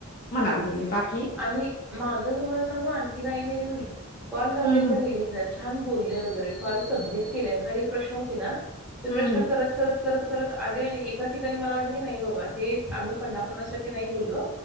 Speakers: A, on the left; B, in the centre.
A: म्हणाल
B: हम्म
A: ते मी बाकी
B: आणि माझ तम्हाला सांगू आणखी काय केले मी कॉल लावले
A: हम्म
B: एक
A: हम्म
B: लेडीजला छान बोलले वगैरे कॉल सबमिट केले खाली प्रश्न होते ना ते
A: हम्म
B: प्रश्न
A: हम्म
B: करत करत करत करत आले आणि एका ठिकाणी मला वाट की नाही बाबा हे आम्ही पन्ना पन्नास टक्के नाही बोललो